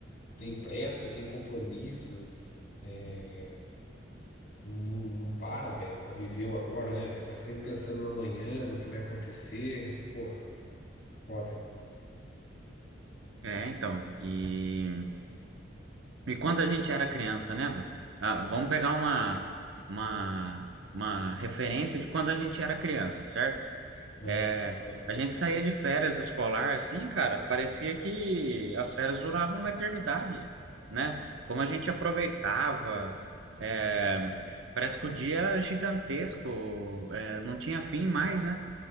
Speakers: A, on the left (about 55°); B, on the right (about 80°).
A: Tem pressa, tem compromisso. é, Não, não para, velho, pra viver o agora, né, velho? Tá sempre pensando no amanhã, no que vai acontecer. Porra, foda, hein?
B: É, então. E, e quando a gente era criança, lembra? Ah, vamos pegar uma, uma, uma referência de quando a gente era criança, certo?
A: É,
B: É,
A: ai,
B: a gente saía de férias escolar assim, cara, parecia que as férias duravam uma eternidade, né? Como a gente aproveitava, é, parece que o dia era gigantesco, é, não tinha fim mais, né?